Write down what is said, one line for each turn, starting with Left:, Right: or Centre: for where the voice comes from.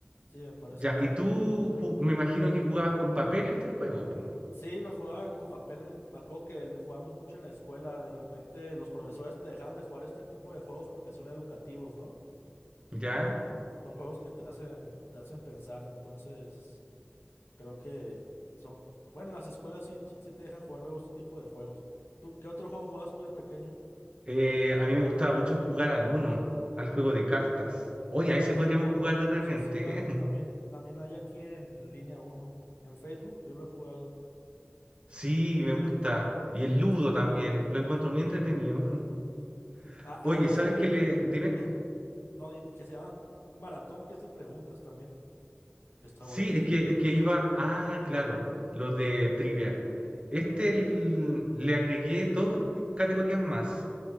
Left: Sí, me parece
Right: Ya,
Left: bien.
Right: y tú ju- me imagino que jugabas con papel este juego, po.
Left: Sí, lo jugaba con papel. en Me acuerdo que lo jugamos mucho en la escuela. De repente los profesores te dejan de jugar este tipo de juegos porque son educativos, ¿no?
Right: Ya.
Left: Son juegos que te hacen, te hacen pensar. Entonces. Creo que son, bueno, las escuelas sí, sí, sí te dejan jugar luego este tipo de juegos. ¿Tú qué otro juego jugabas tú de pequeño?
Right: Eh, a mí me gustaba mucho jugar al uno, al juego de cartas.
Left: Eh,
Right: Oye,
Left: También
Right: a ese podríamos
Left: hay uno,
Right: jugar de repente,
Left: sí, sí hay,
Right: ¿eh? <laughs>
Left: también, también hay aquí en, en línea uno. En Facebook yo lo he jugado
Right: Sí, me gusta. Y el ludo
Left: y está bueno.
Right: también, lo encuentro muy entretenido. <laughs>
Left: Ah,
Right: Oye,
Left: hay un
Right: ¿sabes
Left: juego
Right: qué le...? Dime.
Left: eh, no, dime, que se llama Maratón, que es de preguntas también, que está
Right: Sí,
Left: bueno.
Right: es que, es que iba. Ah, claro, los de trivia. Este
Left: Ujú.
Right: l- le agregué dos categorías más,